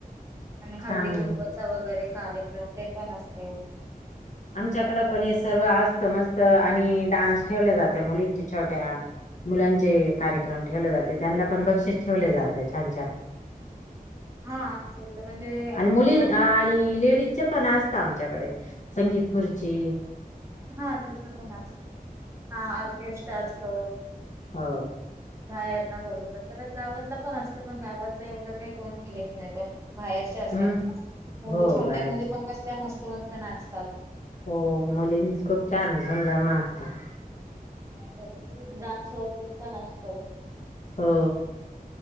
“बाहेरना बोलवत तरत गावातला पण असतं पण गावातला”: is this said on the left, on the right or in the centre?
Right